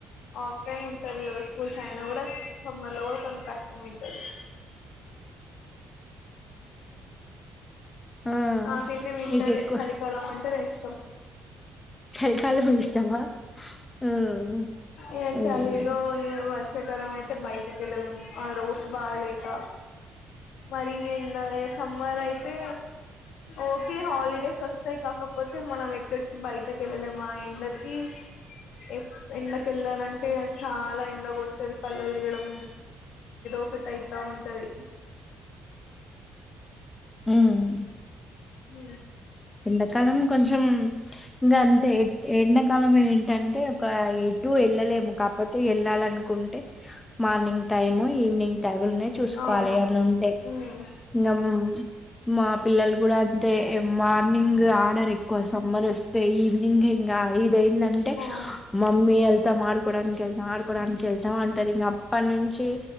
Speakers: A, on the left; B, on the left.
A: ఆఫ్ టైమ్ ఉంటది కదా స్కూల్ కి యన కూడా సమ్మర్ లో కొంచెం కష్టం అయితది
B: ఆ
A: నాకైతే వింటర్
B: మీకు ఎక్కువ
A: ఏ చలికాలం అంటే ఇష్టం.
B: చలికాలం ఇష్టమా మ్మ్.
A: ఉమ్
B: మ్మ్.
A: చలి లో ఇగ వర్షాకాలం అయితే బయటకి వెళ్ళలేం ఆ రోడ్స్ బాగాలేక మరి ఏడ ఇగా సమ్మర్ అయితే ఓకే హాలిడేస్ వస్తాయి కాకపోతే మనం ఎక్కడికి బయటకి వెళ్ళలేమా ఎండకి ఏ ఎండకెళ్లాలంటే చాలా ఎండ కొడుతది కళ్ళు తిరగడం ఒకటి అయితా ఉంటది
B: మ్మ్.
A: ఉ
B: ఏడ కాలం కొంచం ఇంకా అంతే ఎండాకాలం ఏంటంటే ఒక ఎటు వెళ్ళలేము కాకపోతే అ వెళ్ళాలనుకుంటే మార్నింగ్ టైమ్ ఈవినింగ్ ైబుల్నే చూసుకోవాలి
A: అవును
B: ఏమన్నా ఉంటే
A: ఉమ్,
B: ఇంకా మా పిల్లలు కూడా అంటే మార్నింగ్ ఆర్డర్ ఎక్కువ సమ్మర్ వస్తే ఈవినింగ్ ఇంకా ఏంటంటే
A: ఆ
B: మమ్మీ తా ఆడుకోడానికి వెళ్తాం ఆడుకోడానికి వెళ్తాం అంటారు ఇంక అప్పటి నుంచి